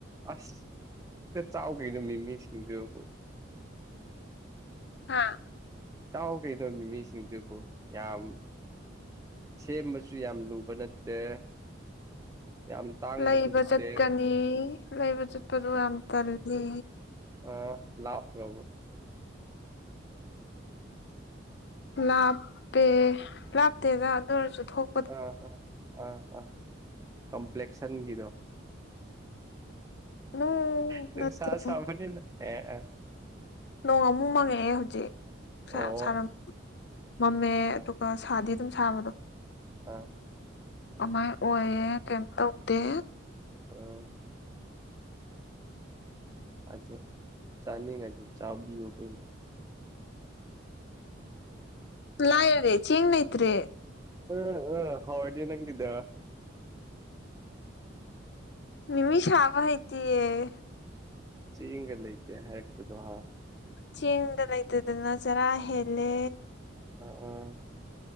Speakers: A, on the right; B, on the left.
A: ꯑꯁꯇ ꯆꯥꯎ ꯀꯩꯅꯣ ꯃꯤ ꯃꯤꯁꯤꯡꯗꯨꯕꯨ
B: ꯍꯥꯥ
A: ꯆꯥꯎ ꯀꯩꯗꯧ ꯃꯤꯃꯤꯁꯤꯡꯁꯤꯕꯨ ꯌꯥꯝ ꯁꯦꯝꯕꯁꯨ ꯌꯥꯝ ꯂꯨꯕ ꯅꯠꯇꯦ ꯌꯥꯝ ꯇꯥꯡꯕꯁꯨ
B: ꯂꯩꯕ
A: ꯅꯠꯇꯦ
B: ꯆꯠꯀꯅꯤ ꯂꯩꯕ ꯆꯠꯄꯗꯨ ꯌꯥꯝ ꯇꯜꯜꯂꯤ
A: ꯑ ꯂꯥꯞ꯭ꯔꯕ
B: ꯂꯥꯞꯄꯦ ꯂꯥꯞꯇꯦꯗ ꯑꯗꯨ ꯑꯣꯏꯔꯁꯨ ꯊꯣꯛ
A: ꯑꯥ ꯑꯥ ꯑꯥ ꯑꯥ ꯀꯝꯄ꯭ꯂꯦꯛꯁꯟꯒꯤꯗꯣ
B: ꯅꯣ
A: ꯑꯗꯨ
B: ꯅꯠꯇꯦ
A: ꯆꯥ ꯁꯕꯅꯤꯅ ꯑꯦ ꯑ
B: ꯅꯣꯡ ꯑꯃꯨꯛ ꯃꯪꯉꯛꯑꯦ ꯍꯧꯖꯤꯛ
A: ꯑꯣ
B: ꯁꯥꯔꯝ ꯃꯃꯦ ꯑꯗꯨꯒ ꯁꯥꯗꯤ ꯑꯗꯨꯝ ꯁꯥꯕꯗꯣ
A: ꯑ
B: ꯑꯗꯨꯃꯥꯏ ꯑꯣꯏꯌꯦꯦ ꯀꯩꯝ ꯇꯧꯗꯦ
A: ꯑ ꯑꯗꯨ ꯆꯥꯅꯤꯡꯉꯗꯤ ꯆꯥꯕꯤꯌꯨ ꯀꯩꯅꯣ
B: ꯂ ꯌꯔꯤ ꯆꯦꯡꯅꯩꯇꯔꯤ
A: ꯑ ꯑ ꯍꯥꯎꯗꯤ <unintelligible> ꯌꯦ ꯅꯪꯒꯤꯗꫭ
B: ꯃꯤ ꯃꯤ ꯁꯥꯕꯍꯩꯇꯤꯌ‌ꯦ
A: ꯆ‌ꯦꯡꯒ ꯂꯩꯇ‌ꯦ ꯍꯥꯏꯔꯛꯄꯗꯣ ꯍꯥ
B: ꯆ‌ꯦꯡꯒ ꯂꯩꯇꯗꯅ ꯆꯔꯥ ꯍ‌ꯦꯜꯂꯦ
A: ꯑ ꯑꯥ